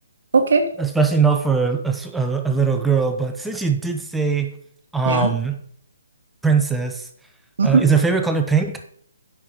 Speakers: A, on the right; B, in the centre.
A: Okay.
B: especially not for a, s- a- a little girl, but since you did say um
A: Yeah.
B: Princess.
A: hmm
B: Uh, is her favorite color pink?